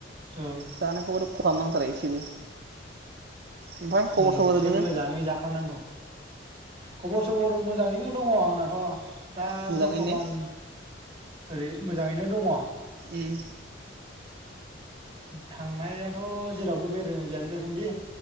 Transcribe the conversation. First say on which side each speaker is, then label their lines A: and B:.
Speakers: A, on the right (about 30°); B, on the right (about 55°).
A: औ
B: जानायखौबाथ' खहाब नांथारो एसेबो ओमफ्राय खबर
A: ओम
B: सबर
A: एसे
B: ओरैनो
A: मोजाङै जाखानांगौ खबर सबर मोजाङैनो दङ आंनाथ' दा
B: मोजाङैनो
A: बर्थमान
B: ने
A: ओरै मोजाङैनो दङ
B: उम
A: थांनायाथ' जेरावबो बेरायनाय जाखै दासान्दि